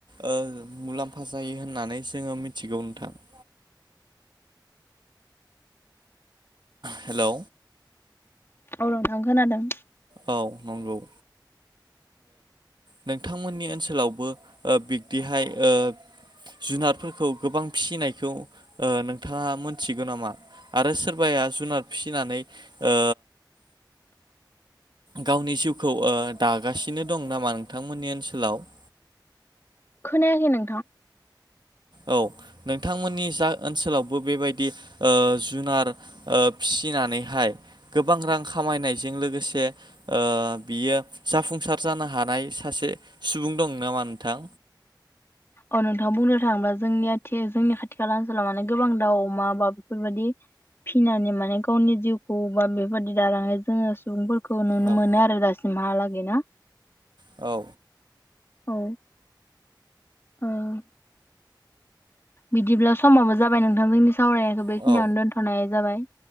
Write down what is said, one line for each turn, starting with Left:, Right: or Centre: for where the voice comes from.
Right: ओ मुलाम्फा जायो होननानै जोङो मिथिगौ नोंथां <inaudible> हेलौ
Left: औ नोंथां खोनादों
Right: औ नंगौ ओ नोंथांमोननि ओनसोलावबो ओ बिब्दिहाय ओ जुनारफोरखौ गोबां फिसिनायखौ ओ नोंथाङा मोनथिगौ नामा आरो सोरबा या जुनार फिसिनानै ओ गावनि जिउखौ ओ दागासिनो दं नामा नोंथांमोननि ओनसोलाव <inaudible>
Left: खोनायाखै नोंथां
Right: औ नोंथांमोननि जा ओनसोलावबो बेबायदि ओ जुनार ओ फिसिनानैहाय गोबां रां खामायनायजों लोगोसे ओ बियो जाफुंसार जानो हानाय सासे सुबुं दं नामा नोंथां?
Left: औ नोंथाङा बुंनो थाङोब्ला जोंनिथि जोंनि खाथि खाला ओनसोलाव माने गोबां दाउ अमा बा बेफोरबायदि फिनानै माने गावनि जिउखौ बा बेफोरबायदि दालानाय जोङो सुबुंफोर खौ नुनो
Right: औ
Left: मोनो आरो दासिमहालागै ना
Right: औ
Left: औ ओ बिदिब्ला समावबो जाबाय नोंथां जोंनि सावरायनायखौ बेखिनियावनो
Right: औ
Left: दोन्थ'नाय जाबाय